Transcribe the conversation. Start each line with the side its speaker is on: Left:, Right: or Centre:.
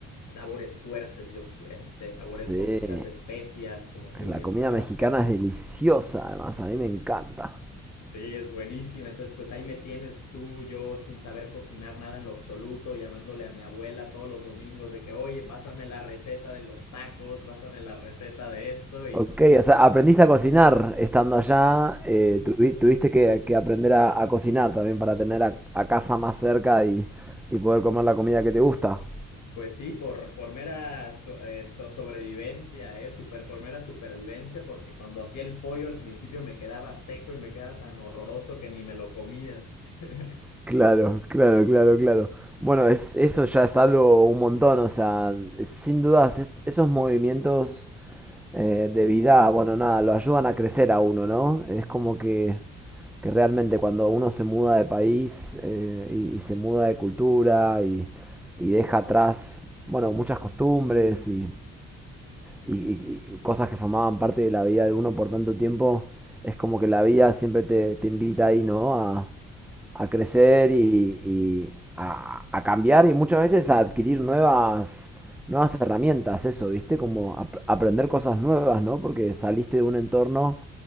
Left: sabores fuertes, yo pues, este, sabores
Centre: sí.
Left: con muchas especias, como tú
Centre: La
Left: bien
Centre: comida
Left: sabrás
Centre: mexicana
Left: que la...
Centre: es deliciosa, además, a mí me encanta.
Left: Sí, es buenísima. Entonces, pues ahí me tienes tú, yo sin saber cocinar nada en lo absoluto, llamándole a mi abuela todos los domingos de que, oye, pásame la receta de los tacos, pásame la receta de esto y
Centre: Ok, o sea, aprendiste a cocinar estando allá, eh, tuvi- tuviste que, que aprender a, a cocinar también para tener a, a casa más cerca y, y poder comer la comida que te gusta.
Left: Pues sí, por, por mera so- eh, so- sobrevivencia, ¿eh? Super, por mera supervivencia, porque cuando hacía el pollo al principio me quedaba seco y me quedaba tan horroroso que ni me lo comía. <laughs>
Centre: Claro, claro, claro, claro. Bueno, es, eso ya es algo un montón, o sea, sin dudas, es- esos movimientos eh, de vida, bueno, nada, lo ayudan a crecer a uno, ¿no? Es como que que realmente cuando uno se muda de país eh, y, y se muda de cultura y, y deja atrás, bueno, muchas costumbres y, y, y- y cosas que formaban parte de la vida de uno por tanto tiempo, es como que la vida siempre te, te invita ahí, ¿no? A, a crecer y, y a, a cambiar y muchas veces a adquirir nuevas, nuevas herramientas, eso, ¿viste? Como ap- aprender cosas nuevas, ¿no? Porque saliste de un entorno